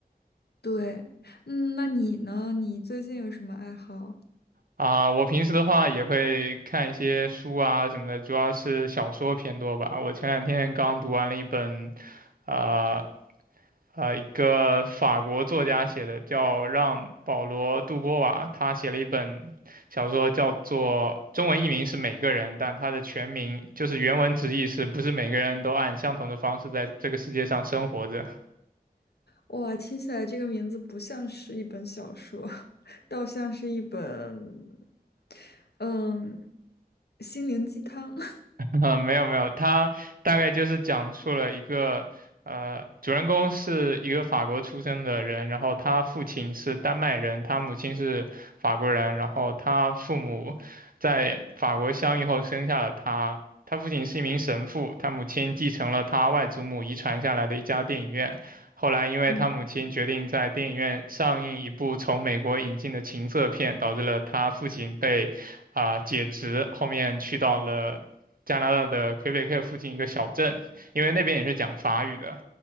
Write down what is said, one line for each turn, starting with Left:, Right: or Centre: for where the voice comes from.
Left: 对，嗯，那你呢？你最近有什么爱好？
Right: 啊，我平时的话也会看一些书啊什么的，主要是小说偏多吧。我前两天刚读完了一本，啊、呃，一个法国作家写的，叫让·保罗·杜波瓦，他写了一本小说，叫做中文译名是《每个人》，但他的全名就是原文直译是不是每个人都按相同的方式在这个世界上生活着。
Left: 哇，听起来这个名字不像是一本小说。倒像是一本，嗯，心灵鸡汤。<laughs>
Right: <laughs> 啊，没有没有，他大概就是讲述了一个，呃，主人公是一个法国出生的人，然后他父亲是丹麦人，他母亲是法国人，然后他父母在法国相遇后生下了他，他父亲是一名神父，他母亲继承了他外祖母遗传下来的一家电影院，后来因为他母亲决定在电影院上映一部从美国引进的情色片，
Left: 嗯
Right: 导致了他父亲被。啊、解职，后面去到了加拿大的魁北克附近一个小镇，因为那边也是讲法语的。